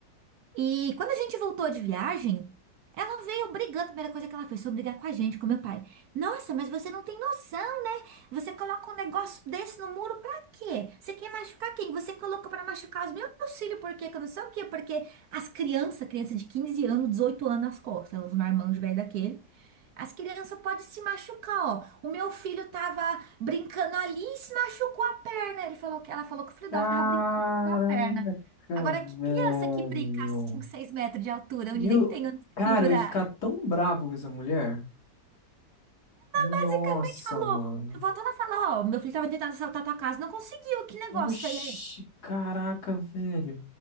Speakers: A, on the right; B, on the left.
A: E quando a gente voltou de viagem, ela veio brigando. A primeira coisa que ela fez foi brigar com a gente, com meu pai. Nossa, mas você não tem noção, né? Você coloca um negócio desse no muro pra quê? Você quer machucar quem? Você colocou pra machucar os meus filhos, por quê? Que eu não sei o quê. Porque as crianças, criança de 15 anos, 18 anos nas costas, os marmanjos velho daquele. As crianças podem se machucar, ó. O meu filho tava brincando ali e se machucou a perna. Ele falou que ela falou que o filho
B: Caraca,
A: dela tava brincando com a perna. Agora, que
B: velho.
A: criança que brinca a 5, 6 metros de altura,
B: Meu.
A: onde nem tem onde se
B: Cara,
A: pendurar?
B: eu ia ficar tão bravo com essa mulher. Nossa,
A: Basicamente falou,
B: mano.
A: voltando a falar, ó, meu filho tava tentando assaltar tua casa, não conseguiu, que negócio
B: Oxi,
A: feio aí.
B: caraca, velho.